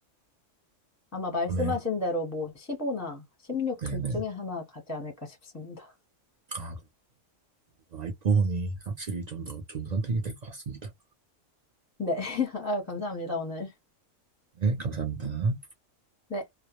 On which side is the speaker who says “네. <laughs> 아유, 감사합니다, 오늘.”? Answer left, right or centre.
Left